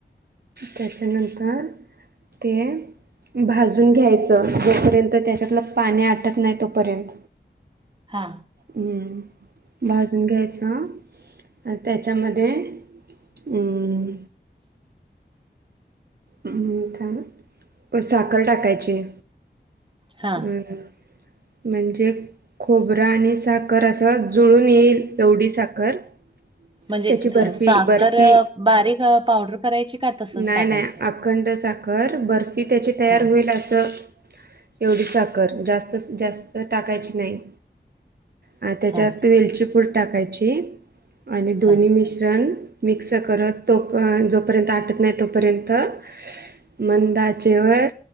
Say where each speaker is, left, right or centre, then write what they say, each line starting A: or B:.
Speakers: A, on the right (about 60°); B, on the right (about 25°).
A: त्याच्यानंतर ते अ भाज जून घ्यायच. जोपर्यंत त्याच्यातलं पाणी आटत नाही तोपर्यंत
B: हा.
A: हम्म भाजून घ्यायच ह. अ त्याच्यामध्ये उं. उम त्या साखर टाकायची.
B: हा
A: अ अ. म्हणजे खोबर आणि साखर असं जुळून येईल, एवढी साखर
B: म्हणजे
A: त्याची बर्फी
B: अ साखर
A: बर्फी
B: बारीक पावडर करायची का तसंच
A: नाही
B: टाकायचं?
A: नाही अखंड साखर, बर्फी त्याची तयार
B: हां,
A: होईल अस. एवढी साखर जास्त जास्त टाकायची नाही. हा त्याच्यात
B: हां,
A: वेलची पूड टाकायची आणि दोन्ही
B: हां,
A: मिश्रण मिक्स करत तो, जोपर्यंत आटत नाही तोपर्यं त मंद आचेवर